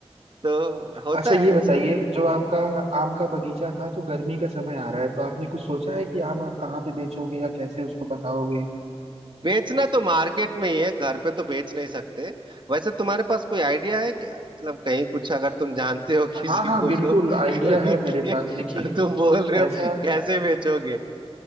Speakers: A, on the right; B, on the right.
A: तो होता
B: अच्छा ये
A: है
B: बताइए
A: ऐसा
B: जो आपका आम का बगीचा था तो गर्मी का समय आ रहा है तो आपने कुछ सोचा है कि आम आप कहाँ पे बेचोगे या कैसे उसको पकाओगे
A: बेचना तो मार्केट में ही है घर पे तो बेच नहीं सकते वैसे तुम्हारे पास कोई आइडिया है क्या मतलब कहीं कुछ अगर तुम जानते हो <laughs> किसी
B: हाँ हाँ
A: को
B: बिल्कुल
A: जो <laughs>
B: आइडिया
A: खरीद
B: है मेरे
A: ले
B: पास देखिए
A: जो तुम बोल रहे हो
B: ऐसा
A: कैसे बेचोगे